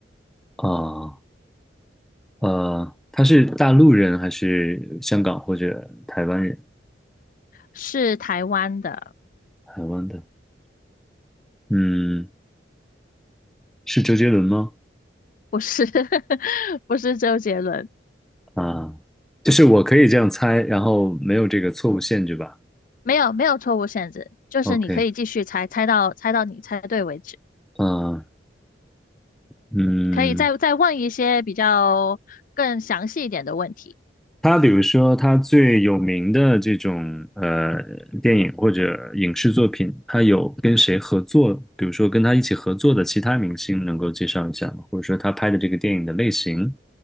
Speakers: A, in the centre; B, on the left.
A: 啊？呃，他是大陆人还是香港或者台湾人？
B: 是台湾的，
A: 台湾的，嗯，是周杰伦吗？
B: 不是 <laughs> 不是周杰伦，
A: 啊，就是我可以这样猜，然后没有这个错误限制吧
B: 没有没有错误限制，就是你可以继续猜，
A: ？OK，
B: 猜到猜到你猜对为止，
A: 嗯、呃嗯。
B: 可以再再问一些比较更详细一点的问题。
A: 他比如说，他最有名的这种呃电影或者影视作品，他有跟谁合作？比如说跟他一起合作的其他明星，能够介绍一下吗？或者说他拍的这个电影的类型，